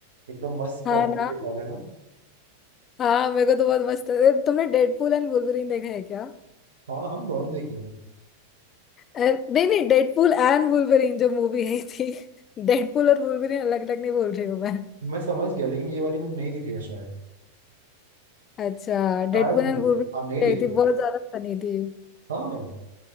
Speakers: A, on the right (about 65°); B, on the left (about 30°).
A: एकदम मस्त
B: हाँ
A: कॉमेडी
B: ना
A: के साथ है ना
B: हाँ मेरे को तो बहुत मस्त ए, तुमने डेडपूल एंड वुल्वरीन देखा है क्या
A: हाँ हाँ दोनों देखी है
B: ए, नहीं नहीं डेडपूल एंड वुल्वरीन जो मूवी आई थी <laughs> डेडपूल और वुल्वरीन अलग अलग नहीं बोल रही हूँ मैं
A: मैं समझ गया लेकिन ये वाली मैंने नहीं देखी है शायद
B: अच्छा
A: शायद
B: डेडपूल
A: नहीं
B: एंड
A: देखी
B: वुल्वरीन
A: हाँ नहीं देखी
B: आई थी बहुत ज्यादा फनी थी
A: हाँ